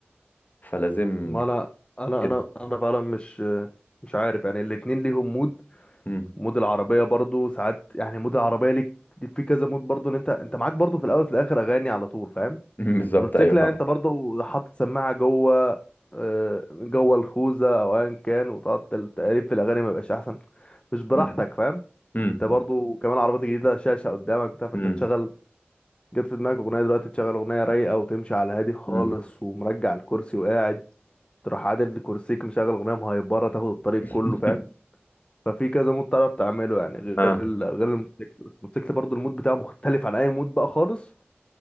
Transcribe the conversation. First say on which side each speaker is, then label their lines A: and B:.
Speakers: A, on the left (about 45°); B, on the left (about 25°).
A: فلازم
B: ما لا انا
A: كده
B: انا انا فعلا مش مش عارف يعني الاتنين ليهم مود
A: مم.
B: مود العربية برضو ساعات يعني مود العربية ليك ليك في كذا مود برضو ان انت انت معاك برضو في الاول في الاخر اغاني على طول فاهم
A: <laughs> مم. بالظبط
B: الموتوسيكل
A: ايوه فاهم
B: يعني انت برضو حاطط سماعة جوه آه، جوه الخوذة او ايا كان وتقعد تل- تقلب في الاغاني ما يبقاش احسن مش براحتك
A: مم.
B: فاهم
A: مم.
B: انت برضو كمان عربيات جديدة شاشة قدامك بتاع فانت
A: مم.
B: تشغل جت في دماغك اغنية دلوقتي تشغل اغنية رايقة وتمشي على هادي خالص
A: مم.
B: ومرجع الكرسي وقاعد تروح عادل كرسيك مشغل اغنية مهيبرة تاخد الطريق
A: <laughs>
B: كله فاهم ففي كذا مود تعرف تعمله يعني غير
A: اه
B: ال... غير الموتوسيكل بس الموتوسيكل برضو المود بتاعه مختلف عن اي مود بقى خالص